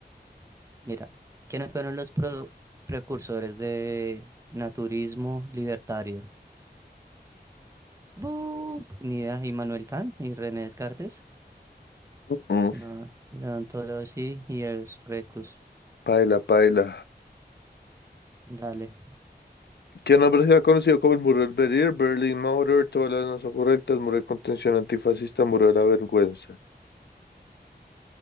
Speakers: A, on the right; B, on the left.
A: Mira, ¿quiénes fueron los pro- precursores de naturismo libertario? Buf, ni idea. ¿Immanuel Kant y René Descartes?
B: Mm,
A: No. León Tolosí y el Reclus.
B: Paila, paila.
A: Dale.
B: ¿Qué nombre se ha conocido como el muro del Berlín? Berlin Mauer, todas las no son correctas. Muro de contención antifascista, muro de la vergüenza.